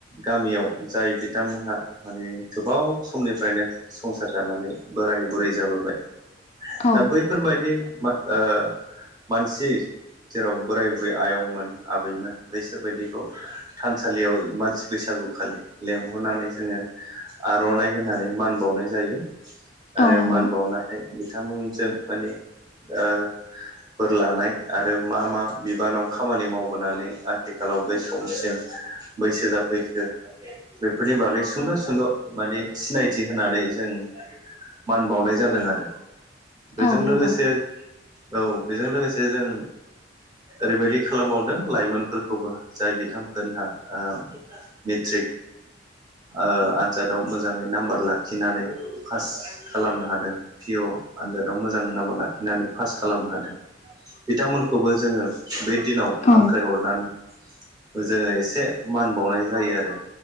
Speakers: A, on the right; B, on the left.
A: गामियाव जाय बिथांमोनहा माने गोबाव समनिफ्रायनो संसार जानानै बोराय बुरै जाबोबाय
B: औ
A: दा बै फोरबायदि ओ मानसि जेराव बोराय बुरै आयंमोन आबैमोन बैसोरबायदिखौ थानसालियाव मानसि बैसागुखालि लेंहरनानै जोङो आर'नाइ होनानै मान बावनाय जायो। आरो
B: औ नंगौ
A: मान बावनाय बिथांमोनजों माने ओ बोर लानाय आरो मा मा बिबानाव खामानि मावबोनानै आथिखालाव बे समसिम बैसो जाफैखो बेफोरनि बागै सुंद' सुंद' माने सिनायथि होनानै जों मान बावनाय जादों आरो। बेजों
B: औ
A: लोगोसे
B: नंगौ
A: औ बेजों लोगोसे जों ओरैबायदि खालामबावदों लाइमोनफोरखौबो जाय बिथांमोनहा ओ मेट्रिक ओ आन जादाव मोजाङै नाम्बार लाखिनानै पास खालामनो हादों। पि अ आनजादाव मोजां नाम्बार लाखिनानै पास खालामनो हादों बिथांमोनखौबो जोङो बे दिनाव
B: औ
A: हांखायहरनानै जोङो एसे मान बावनाय जायो आरो